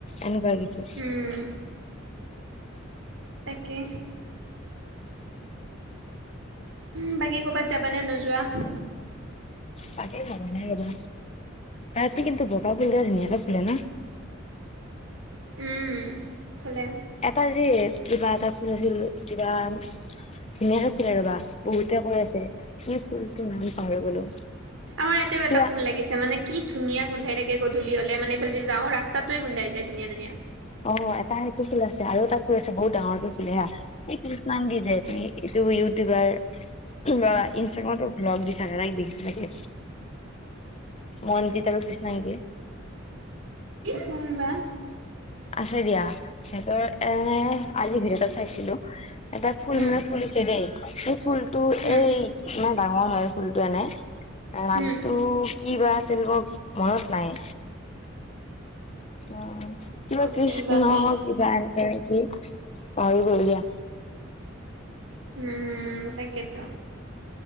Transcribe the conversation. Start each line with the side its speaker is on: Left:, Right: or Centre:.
Left: এনেকুৱা হৈ গৈছে।
Right: উম। তাকে। উম, বাকী কৰ'বাত যাবা নে নোযোৱা?
Left: তাকে ভাবা নাই ৰ'বা, ৰাতি কিন্তু বগা ফুল কেইটা ধুনীয়াকে ফুলে ন?
Right: উম, ফুলে।
Left: এটা যে, কিবা এটা ফুল আছিল, কিবা ধুনীয়াকে ফুলে ৰ'বা বহুতে কৈ আছে, কি ফুলটোৰ নাম পাহৰি গ'লো।
Right: আমাৰ ইয়াতেও এটা
Left: কিবা
Right: ফুল লাগিছে মানে কি ধুনীয়া গোন্ধাই থাকে গধূলি হলে, মানে এইফালদি যাওঁ ৰাস্তাটোৱে গোন্ধাই যায় ধুনীয়া ধুনীয়া।
Left: অ', এটা সেইটো ফুল আছে আৰু এটা ফুল আছে বহুত ডাঙৰকে ফুল হা। এই কৃষ্ণাংগী যে তুমি এইটো ইউটিউবাৰ বা ইনষ্টাগ্ৰামতো ভ্লগ দি থাকে তাইক দেখিছা চাগে। মনজিত আৰু কৃষ্ণাংগী।
Right: কোন বা?
Left: আছে দিয়া, সিহঁতৰ এ মানে আজি ভিডিঅ' এটাত চাইছিলো এটা ফুল
Right: উম
Left: মানে ফুলিছে দেই এই ফুলতটো
Right: উম
Left: এই মানে ডাঙৰ হয় ফুলটো এনে নামটো
Right: উম
Left: কি বা আছিল, মোৰ মনত নাই। অ', কিবা কৃষ্ণ
Right: কি বাতে
Left: কিবা এনেকে নেকি পাহৰি গ'লো দিয়া।
Right: উম, তাকেইতো।